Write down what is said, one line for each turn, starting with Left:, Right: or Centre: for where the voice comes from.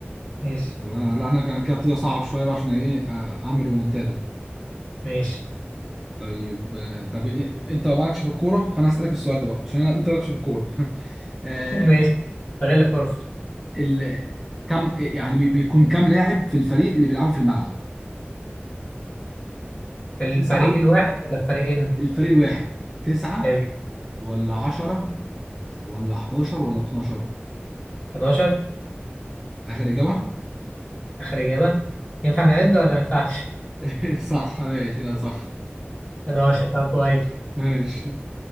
Left: ماشي
Centre: طب انا لا انا كان كده ابتدي اصعب شويه بقى عشان ايه آه، اعمل ريمونتادا
Left: ماشي
Centre: طيب آه، طب إيه؟ انت مالكش في الكوره فانا هسالك السؤال ده بقى عشان أنا- انت مالكش في الكوره <laughs>
Left: <laughs> ماشي استغل الفرصه
Centre: ال... كم يعني بي- بيكون كم لاعب في الفريق اللي بيلعبوا في الملعب
Left: في الفريق
Centre: تسعة
Left: الواحد ولا الفريقين
Centre: الفريق الواحد تسعة
Left: حلو
Centre: ولا عشرة ولا 11 ولا 12
Left: 11
Centre: آخر إجابة
Left: اخر اجابه ينفع نعد ولا ما ينفعش
Centre: <laughs> صح ماشي لا صح
Left: 11 طب كويس
Centre: ماشي